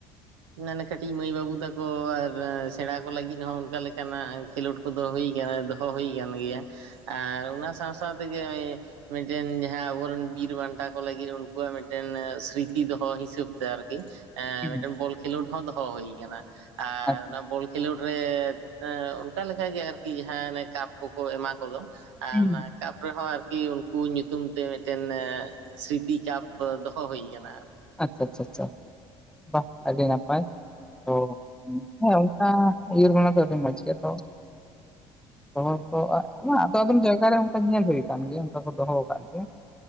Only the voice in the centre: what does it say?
ᱦᱩᱸ
ᱟᱪᱪᱷᱟ
ᱦᱩᱸ
ᱟᱪᱪᱷᱟ ᱟᱪᱪᱷᱟᱷᱟ ᱵᱟ ᱟᱹᱰᱤ ᱱᱟᱯᱟᱭ ᱚ ᱦᱮᱸ ᱚᱱᱠᱟ ᱩᱭᱟᱹᱨ ᱵᱮ ᱫᱚ ᱟᱹᱰᱤ ᱢᱚᱸᱡᱽ ᱜᱮᱭᱟ ᱛᱚ
ᱟᱫᱚ ᱟᱫᱚᱢ ᱡᱟ ᱮᱴᱟᱜ ᱨᱮ ᱚᱱᱠᱟ ᱧᱮᱞ ᱦᱩᱭ ᱟᱠᱟᱱ ᱜᱮᱭᱟ ᱚᱱᱠᱟ ᱠᱚ ᱫᱚᱦᱚ ᱟᱠᱟᱫ ᱜᱮᱭᱟ